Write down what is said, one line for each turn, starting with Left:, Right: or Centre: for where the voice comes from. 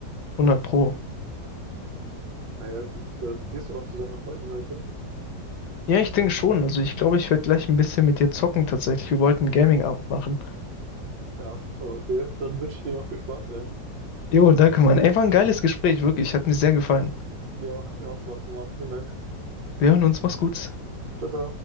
Left: hundert Pro.
Right: Ah ja, gut, dann gehst du noch zu seiner Freundin heute.
Left: Ja, ich denke schon. Also ich glaube, ich werde gleich ein bisschen mit dir zocken tatsächlich. Wir wollten einen Gaming-Abend machen.
Right: Ja, super, okay. Dann wünsche ich dir noch viel Spaß, ey.
Left: Jo, danke, Mann. Ey, war ein geiles Gespräch, wirklich. Hat mir sehr gefallen.
Right: Ja, hat mir auch Spaß gemacht. Vielen Dank.
Left: Wir hören uns. Mach's gut.
Right: Tada.